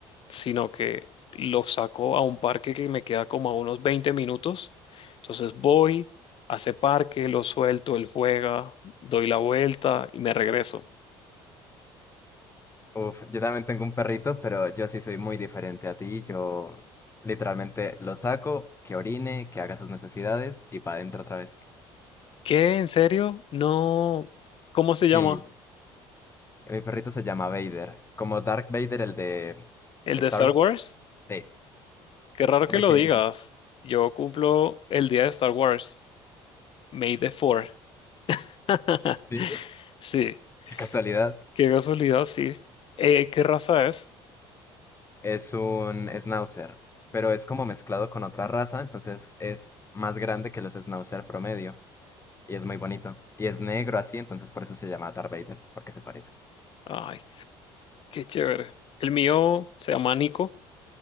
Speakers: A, on the left; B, on the left.
A: sino que lo saco a un parque que me queda como a unos 20 minutos. Entonces voy, a ese parque, lo suelto, él juega, doy la vuelta y me regreso.
B: Uf, yo también tengo un perrito, pero yo sí soy muy diferente a ti. Yo literalmente lo saco, que orine, que haga sus necesidades y para adentro otra vez.
A: ¿Qué? ¿En serio? No. ¿Cómo se
B: Sí,
A: llama?
B: mi perrito se llama Vader, como Dark Vader, el de
A: ¿El
B: Star
A: de Star
B: Wars.
A: Wars?
B: Sí,
A: Qué raro
B: porque...
A: que lo digas. Yo cumplo el día de Star Wars, May the 4. <laughs>
B: Sí.
A: Sí,
B: Qué casualidad.
A: qué casualidad, sí. Eh, ¿qué raza es?
B: Es un schnauzer, pero es como mezclado con otra raza, entonces es más grande que los schnauzer promedio y es muy bonito. Y es negro así, entonces por eso se llama Darth Vader, porque se parece.
A: Ay, qué chévere. El mío se llama Nico,